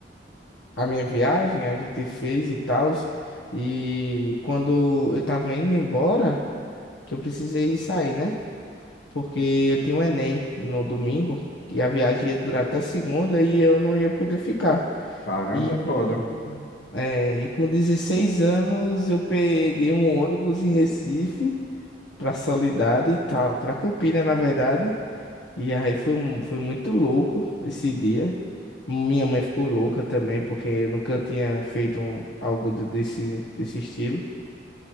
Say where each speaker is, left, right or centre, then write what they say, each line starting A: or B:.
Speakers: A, on the left; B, on the left.
A: a minha viagem, a gente fez e tal. E quando eu tava indo embora, que eu precisei sair, né? Porque eu tinha um Enem no domingo e a viagem ia durar até segunda e eu não ia poder ficar.
B: Caramba,
A: E
B: é
A: com,
B: foda.
A: é, e com 16 anos eu peguei um ônibus em Recife pra Soledade e tal, pra Campina, na verdade. E aí foi, mu- foi muito louco esse dia. Minha mãe ficou louca também, porque eu nunca tinha feito um- algo do- desse, desse estilo.